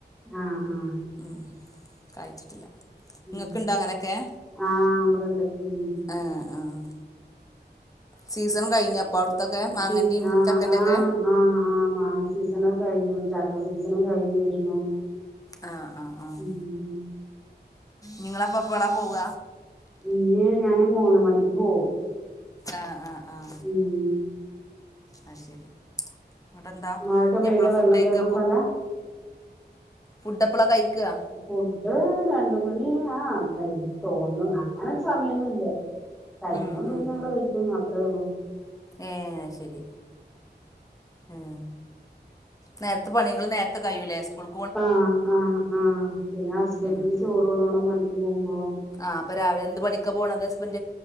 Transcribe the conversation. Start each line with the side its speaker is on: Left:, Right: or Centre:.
Centre: ആഹ് ആഹ്
Left: ഉം കാഴ്ച്ചിട്ടില്ല.
Centre: ഉം
Left: ഇങ്ങക്ക്ണ്ടൊ അങ്ങനൊക്കെ.
Centre: ആഹ് ഇവിടണ്ട് ഉം
Left: ആഹ് ആഹ്. സീസണും കഴ്ഞ്ഞപ്പൊ അവ്ട്ത്തൊക്കെ മാങ്ങന്റിം
Centre: സീ ആഹ്
Left: ചക്കൻ്റൊക്കെ.
Centre: ആഹ് ആഹ് ആഹ് മാങ്ങ സീസണ് കഴിഞ്ഞു. ചക്ക സീസണും കഴിഞ്ഞു വരുന്നു.
Left: ആഹ് ആഹ് ആഹ്
Centre: ഉം
Left: ഞിങ്ങളപ്പെപ്പള പോവ
Centre: ഇഞീ ഞാന് മൂന്ന് മണിക്ക് പോവും
Left: ആഹ് ആഹ് ആഹ്
Centre: ഉം
Left: അത് ശരി എന്നിട്ടെന്താ
Centre: മഴൊക്ക
Left: ഇനി
Centre: പെയ്ത
Left: എപ്പളാ
Centre: വെള്ളം
Left: ഫുഡ് കഴിക്ക
Centre: കൂട്ണ സ്ഥല
Left: ഫുഡ്ഡെപ്പള കഴിക്ക
Centre: ഫുഡ്ഡ് രണ്ട് മണി ആഹ് തോന്നും അങ്ങനൊര് സമയൊന്നുല്ല കഴിക്കണം
Left: ഉം
Centre: തോന്നിയ
Left: ഉം
Centre: അങ്ങ്ട്
Left: ഉം
Centre: കഴിക്കും അത്രെ ഉള്ളു
Left: ഏഹ് അത് ശരി ഉം നേര്ത്തെ പണികള് നേര്ത്തെ കയ്യൂലെ സ്കൂള്
Centre: ആഹ് ആഹ് ആഹ് പിന്ന ഹസ്ബന്റിന്
Left: ഉം ഉം
Centre: ചോറ് കൊണ്ടോണം പണിക്ക് പോവുമ്പോ
Left: ആഹ് അപ്പ രാവിലെ എന്ത് പണിക്ക പോണത് സ്